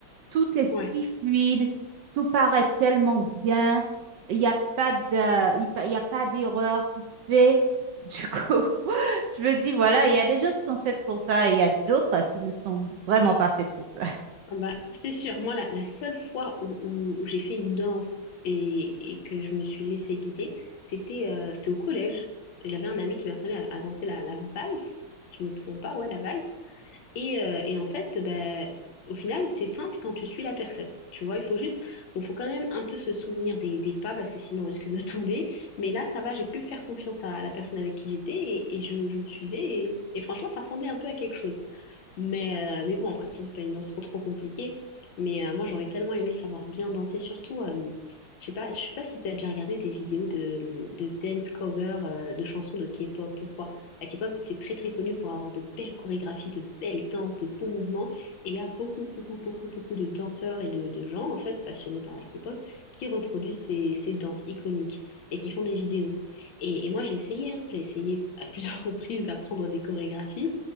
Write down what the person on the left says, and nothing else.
Ouais.
Ah Bah, c'est sûr, moi la, la seule fois où, où- où j'ai fait une danse et, et que je me suis laissée guider, c'était euh, c'était au collège. J'avais un ami qui m'apprenait à, à danser la, la valse, si je me trompe pas, ouais la valse. Et, euh, et en fait, bah, au final, c'est simple quand tu suis la personne. Tu vois, il faut juste, bon, faut quand même un peu se souvenir des, des pas parce que sinon on risque de <laughs> tomber. Mais là, ça va, j'ai pu faire confiance à la personne avec qui j'étais et, et je, je le suivais. Et, et franchement, ça ressemblait un peu à quelque chose. Mais, euh, mais bon, après, ça, c'est pas une danse trop trop compliquée. Mais euh, moi, j'aurais tellement aimé savoir bien danser, surtout, euh, je sais pas, je sais pas si t'as déjà regardé des vidéos de, de dance cover, euh, de chansons de K-pop ou quoi. La K-pop, c'est très très connu pour avoir de belles chorégraphies, de belles danses, de beaux mouvements. Et il y a beaucoup, beaucoup, beaucoup, beaucoup de danseurs et de, de gens, en fait, passionnés par la K-pop, qui reproduisent ces, ces danses iconiques et qui font des vidéos. Et, et moi, j'ai essayé, hein, j'ai essayé à plusieurs <laughs> reprises d'apprendre des chorégraphies.